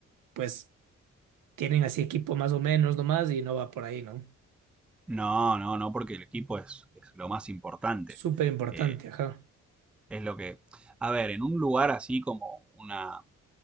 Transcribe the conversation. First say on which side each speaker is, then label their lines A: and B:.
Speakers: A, on the right; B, in the centre.
A: pues tienen así equipo más o menos nomás y no va por ahí, ¿no?
B: no, no, no, porque el equipo es, es lo más importante.
A: Súper importante,
B: Eh,
A: ajá.
B: es lo que... A ver, en un lugar así como una,